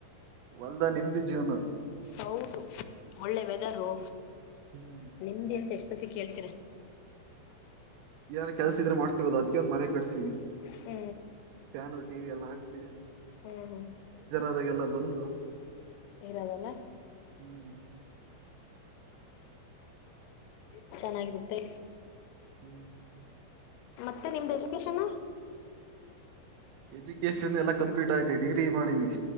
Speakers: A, on the right; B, on the left.
A: ಹೊಲದಾಗ ನೆಮ್ಮದಿ ಜೀವನ
B: ಹೌದು ಒಳ್ಳೆ ವೆದರು
A: ಹ್ಮ್
B: ನಿಮ್ದ ಎಂತ ಎಷ್ಟ ಸತಿ ಕೇಳ್ತೀರ
A: ಏನರ ಕೆಲ್ಸ ಇದ್ರೆ ಮಾಡ್ತಿರೋದು ಅದಕೆ ಒಂದ್ ಮನೆ ಕಟ್ಸಿನೀ
B: ಹೂ
A: ಫ್ಯಾನ್ ಟಿವಿ ಎಲ್ಲ ಹಾಕ್ಸಿ
B: ಹ್ಮ್ ಹ್ಮ್
A: ಆದಗೆಲ್ಲಾ ಬಂದು
B: ಇರೋದಲ್ಲ
A: ಹ್ಮ್
B: ಹ್ಮ್ ಚೆನ್ನಾಗಿರುತ್ತೆ
A: ಹೂ
B: ಮತ್ತೆ ನಿಮ್ದ ಎಜುಕೇಶನ್
A: ಎಜುಕೇಶನ್ ಎಲ್ಲ ಕಂಪ್ಲೀಟ್ ಆಗಿದೆ ಡಿಗ್ರಿ ಮಾಡಿನಿ